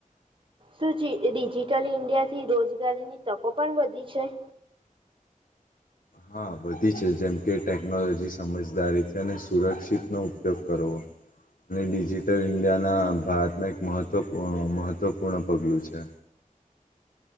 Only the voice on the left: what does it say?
હા વધી છે જેમ કે ટેકનોલોજી સમજદારીથી અને સુરક્ષિતનો ઉપયોગ કરવો અને ડિજિટલ ઇન્ડિયાના ભારતમાં એક મહત્ત્વ મહત્ત્વપૂર્ણ પગલું છે